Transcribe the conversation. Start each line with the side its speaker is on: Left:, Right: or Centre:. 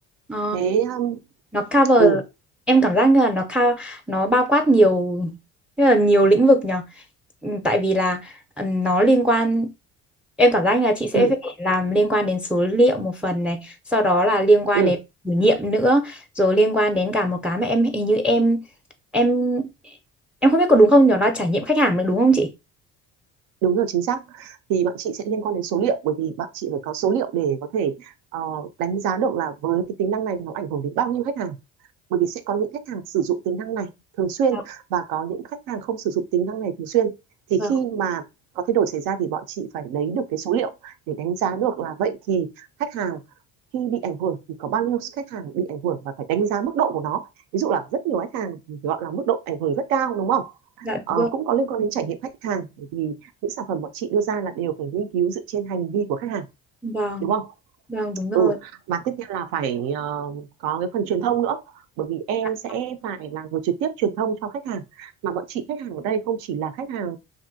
Centre: Ờ,
Right: thế um,
Centre: nó cover
Right: ừ
Centre: em cảm giác như là nó ca nó bao quát nhiều rất là nhiều lĩnh vực nhở Ừ, tại vì là ừ, nó liên quan em cảm giác như là chị sẽ
Right: ừ
Centre: phải làm liên quan đến số liệu một phần này sau đó là liên quan
Right: ừ
Centre: đến thử nghiệm nữa rồi liên quan đến cả một cái mà em hình như em em em không biết có đúng không nhỏ là trải nghiệm khách hàng nữa đúng không chị
Right: đúng rồi chính xác thì bọn chị sẽ liên quan đến số liệu bởi vì bọn chị phải có số liệu để có thể ờ, đánh giá được là với cái tính năng này nó ảnh hưởng đến bao nhiêu khách hàng bởi vì sẽ có những khách hàng sử dụng tính năng này thường xuyên
Centre: Dạ,
Right: và có những khách hàng không sử dụng tính năng này thường xuyên thì
Centre: vâng,
Right: khi mà có thay đổi xảy ra thì bọn chị phải lấy được cái số liệu để đánh giá được là vậy thì khách hàng khi bị ảnh hưởng thì có bao nhiêu khách hàng bị ảnh hưởng và phải đánh giá mức độ của nó ví dụ là rất nhiều khách hàng thì gọi là mức độ ảnh hưởng rất cao đúng không
Centre: dạ
Right: ờ,
Centre: đúng rồi.
Right: cũng có liên quan đến trải nghiệm khách hàng bởi vì những sản phẩm bọn chị đưa ra là đều phải nghiên cứu dựa trên hành vi của khách hàng
Centre: Vâng,
Right: đúng không
Centre: vâng đúng rồi.
Right: ừ và tiếp theo là phải ờ, có cái phần truyền thông nữa bởi vì em
Centre: Dạ,
Right: sẽ phải là người trực tiếp truyền thông cho khách hàng mà bọn chị khách hàng ở đây không chỉ là khách hàng